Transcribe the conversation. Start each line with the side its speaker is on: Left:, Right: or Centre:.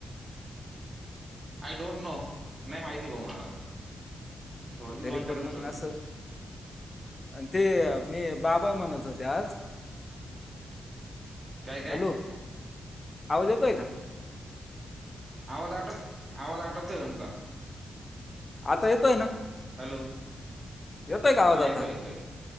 Right: आय डोंट नो नाही माहिती बऊ मला थोडंच
Left: तरी
Right: लॉंचारसत
Left: पण मग असं आणि ते मी बाबा म्हणत होते आज
Right: काय काय
Left: हॅलो आवज येतोय का
Right: आवाज आटक आवाज आटकतोय तुमचा
Left: आता येतोय ना
Right: हॅलो
Left: येतय गावात
Right: हा येतोय
Left: आता
Right: येतोय